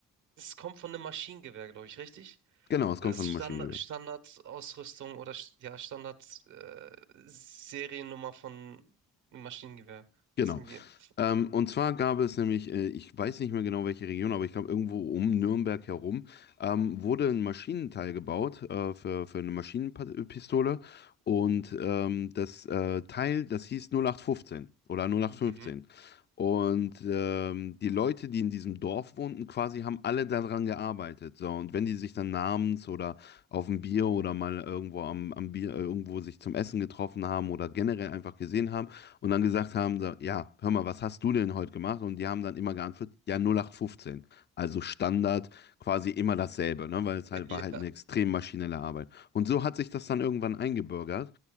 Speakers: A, on the right (about 80°); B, on the left (about 35°).
A: es kommt von einem Maschinengewehr, glaube ich, richtig?
B: Genau, es
A: ist
B: kommt von einem
A: Standard,
B: Maschinengewehr.
A: Standardausrüstung oder st- ja, Standard äh, Seriennummer von einem Maschinengewehr.
B: Genau.
A: Das ist irgendwie.
B: Ähm, und zwar gab es nämlich, äh, ich weiß nicht mehr genau welche Region, aber ich glaube irgendwo um Nürnberg herum, ähm, wurde ein Maschinenteil gebaut äh, für, für eine Maschinenpistole. Und ähm, das äh, Teil, das hieß 0815 oder 0815.
A: Mhm.
B: Und ähm, die Leute, die in diesem Dorf wohnten, quasi haben alle daran gearbeitet. So, und wenn die sich dann abends oder auf ein Bier oder mal irgendwo am, am Bier, äh, irgendwo sich zum Essen getroffen haben oder generell einfach gesehen haben, und dann gesagt haben, so, ja, hör mal, was hast du denn heute gemacht? Und die haben dann immer geantwortet, ja, 0815. Also Standard, quasi immer dasselbe, ne? Weil es halt
A: <laughs> Ja.
B: war halt eine extrem maschinelle Arbeit. Und so hat sich das dann irgendwann eingebürgert.